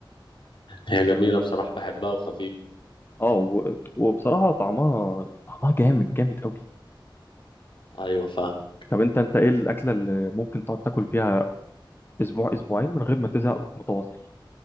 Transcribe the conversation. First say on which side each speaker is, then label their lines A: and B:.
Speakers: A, on the left (about 70°); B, on the left (about 25°).
A: هي جميلة بصراحة بحبها وخفيفة
B: اه و... وبصراحه طعمها طعمها جامد جامد قوي
A: أيوة فاهم
B: طب انت انت ايه الاكله اللي ممكن تقعد تاكل فيها اسبوع اسبوعين من غير ما تزهق متواصل